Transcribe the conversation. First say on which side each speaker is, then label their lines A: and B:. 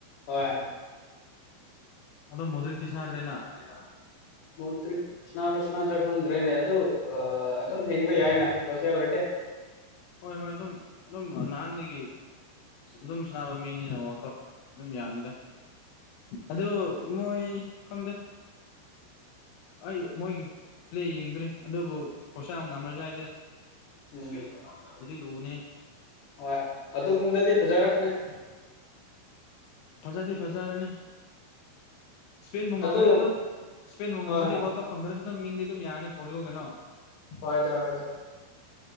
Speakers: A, on the left; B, on the left.
A: ꯍꯣꯏ
B: ꯑꯗꯣ ꯃꯣꯗ꯭ꯔꯤꯛꯇꯤ
A: <unintelligible>
B: ꯁꯥꯟꯅꯗ꯭ꯔꯦꯅ
A: ꯃꯣꯗ꯭ꯔꯤ ꯁꯤꯅꯥꯔꯣ ꯁꯅꯗ꯭ꯔꯥ ꯈꯪꯗ꯭ꯔꯦꯅꯦ ꯑꯗꯨ ꯑ ꯑꯗꯨꯝ ꯍꯦꯡꯕ ꯌꯥꯏꯅ ꯀ꯭ꯔꯣꯁꯤꯌꯥ ꯑꯣꯏꯔꯗꯤ
B: ꯍꯣꯏ ꯍꯣꯏ ꯑꯗꯨꯝ ꯑꯗꯨꯝ ꯅꯍꯥꯟꯗꯒꯤ ꯑꯗꯨꯝ ꯁꯥꯕ ꯃꯤ ꯅꯤꯅ ꯋꯥꯜꯀꯞ ꯑꯗꯨꯝ ꯌꯥꯝꯃꯤꯗ ꯑꯗꯨ ꯃꯣꯏ ꯈꯪꯗꯦ ꯑꯩ ꯃꯣꯏꯒꯤ ꯄ꯭ꯂꯦ ꯌꯦꯡꯗ꯭ꯔꯦ ꯑꯗꯨꯕꯨ ꯀꯣꯔꯁꯤꯌꯥ ꯉꯥꯝꯃꯁꯨ ꯌꯥꯏꯁꯦ
A: ꯎꯝ <unintelligible>
B: ꯂꯨꯅꯤ
A: ꯍꯣꯏ ꯑꯗꯨꯒꯨꯝꯕꯗꯗꯤ ꯐꯖꯔꯣꯏ ꯅꯩ
B: ꯐꯖꯗꯤ ꯐꯖꯔꯅꯤ ꯁ꯭ꯄꯦꯟꯕꯨ ꯉꯝꯃꯗꯤ
A: ꯑꯗꯨ
B: ꯑꯗꯨꯝ ꯁ꯭ꯄꯦꯟꯕꯨꯨ
A: ꯍꯣꯏ
B: ꯉꯝꯃꯗꯤ
A: ꯍꯣꯏ
B: ꯋꯥꯔꯜ ꯀꯞ ꯐꯪꯗ꯭ꯔꯁꯨ ꯑꯗꯨꯝ ꯃꯤꯡꯗꯤ ꯑꯗꯨꯝ ꯌꯥꯔꯅꯤ ꯄꯣꯔꯇꯨꯒꯜ ꯀꯩꯅꯣ
A: ꯍꯣꯏꯗ ꯍꯣꯏꯗ